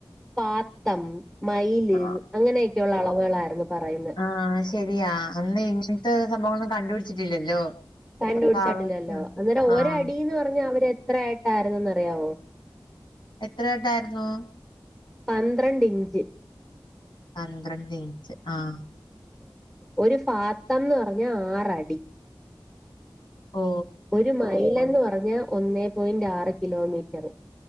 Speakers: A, in the centre; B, on the left (about 60°).
A: ഫാത്തം മൈല്
B: ആഹ്
A: അങ്ങനെയൊക്കെയുള്ള അളവുകളായിരുന്നു പറയുന്നത്
B: ആഹ് ശരിയാ അന്ന് ഇങ്ങനത്തെ സംഭവങ്ങൾന്നും കണ്ടുപിടിച്ചിട്ടില്ലല്ലോ
A: കണ്ടുപിടിച്ചിട്ടില്ലല്ലോ
B: അപ്പൊ അവർക്ക്
A: അന്നേരം ഒരടീന്ന്
B: ആഹ്
A: പറഞ്ഞ അവര് എത്ര ആയിട്ടായിരുന്നന്ന് അറിയാവോ
B: എത്രയിട്ടായിരുന്നു
A: പന്ത്രണ്ട് ഇഞ്ച്.
B: പന്ത്രണ്ട്ഇഞ്ച് ആഹ്
A: ഒര് ഫാത്തംന്ന്റഞ്ഞാ ആറടി
B: ഓ
A: ഒരു മൈലെന്ന് പറഞ്ഞാ ഒന്നേപോയിന്റ് ആറ് കിലോമീറ്ററ്.